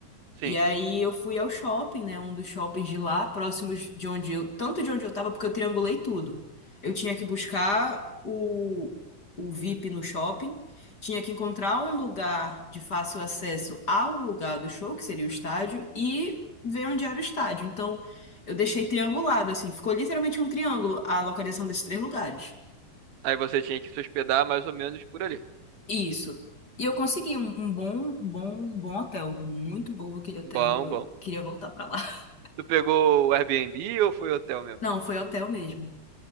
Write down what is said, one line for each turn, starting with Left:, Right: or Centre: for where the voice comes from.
Right: Sim.
Left: E aí eu fui ao shopping, né? Um dos shoppings de lá, próximos de onde eu, tanto de onde eu tava, porque eu triangulei tudo. Eu tinha que buscar o, o VIP no shopping, tinha que encontrar um lugar de fácil acesso ao lugar do show, que seria o estádio, e ver onde era o estádio. Então, eu deixei triangulado, assim, ficou literalmente um triângulo a localização desses três lugares.
Right: Aí você tinha que se hospedar mais ou menos por ali.
Left: Isso. E eu consegui um, um bom, um bom, um bom hotel, muito bom aquele hotel,
Right: Bom,
Left: eu
Right: bom.
Left: queria voltar pra lá. <laughs>
Right: Tu pegou o Airbnb ou foi hotel mesmo?
Left: Não, foi hotel mesmo.